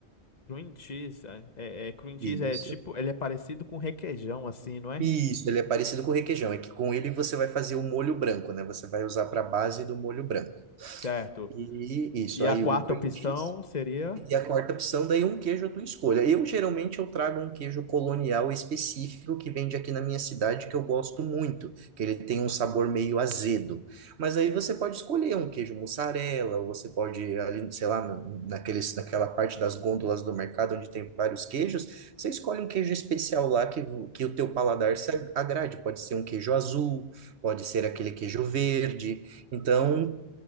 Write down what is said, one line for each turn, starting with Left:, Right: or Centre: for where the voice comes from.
Left: Cream cheese, é, é, é- cream cheese
Right: isso.
Left: é tipo, ele é parecido com requeijão, assim, não é?
Right: Isso, ele é parecido com o requeijão, é que com ele você vai fazer o molho branco, né? Você vai usar para base do molho branco.
Left: Certo.
Right: E isso,
Left: E
Right: aí
Left: a quarta
Right: o cream
Left: opção
Right: cheese.
Left: seria.
Right: E a quarta opção, daí um queijo à tua escolha. Eu geralmente eu trago um queijo colonial específico que vende aqui na minha cidade que eu gosto muito, que ele tem um sabor meio azedo. Mas aí você pode escolher um queijo mussarela, ou você pode ali, sei lá, no- naqueles, naquela parte das gôndolas do mercado onde tem vários queijos, você escolhe um queijo especial lá que, que o teu paladar se agrade. Pode ser um queijo azul, pode ser aquele queijo verde. Então,